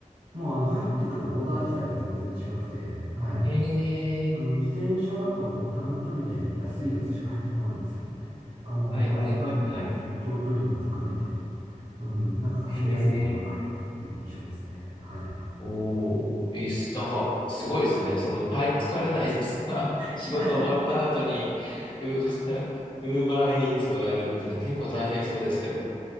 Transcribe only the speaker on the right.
もう、あの、入ってくるオーダー自体が全然違くて、はい。
あの、自転車だと、もう短距離で安いやつしか入ってこないんですけどね。あの、
バイクだと、あの長距離も含めて、うん、なんか稼ぎやすいオーダーが入ってくるっていう印象ですね。
はい。
<laughs>